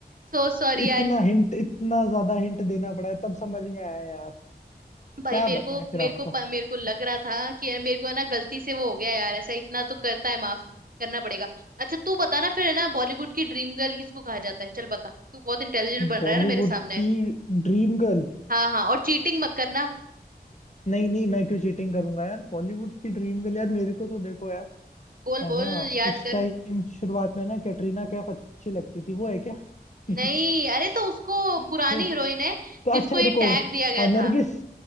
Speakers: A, on the right; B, on the left.
A: सो सॉरी
B: इतना
A: यार
B: हिंट इतना ज्यादा हिंट देना पड़ा है तब समझ में आया यार
A: भाई
B: क्या
A: मेरे
B: बताएं
A: को
B: फिर
A: मेरे
B: आपको
A: को प- मेरे को लग रहा था कि यार मेरे को है ना गलती से वो हो गया यार ऐसा इतना तो करता है माफ करना पड़ेगा अच्छा तू बता ना फिर है ना बॉलीवुड की ड्रीम गर्ल किसको कहा जाता है चल बता तू बहुत इंटेलिजेंट बन
B: बॉलीवुड
A: रहा है ना मेरे सामने
B: की ड्रीम गर्ल
A: हाँ हाँ और चीटिंग मत करना
B: नहीं नहीं मैं क्यों चीटिंग करूंगा यार बॉलीवुड की ड्रीम गर्ल यार मेरे को तो देखो यार
A: बोल
B: है
A: बोल
B: ना
A: याद
B: उस
A: कर
B: टाइम शुरुआत में ना कैटरीना कैफ अच्छी लगती थी वो है क्या <laughs>
A: नहीं अरे तो उसको
B: तो,
A: पुरानी हीरोइन है
B: तो अच्छा
A: जिसको ये
B: रुको
A: टैग दिया गया
B: हाँ, नरगिस
A: था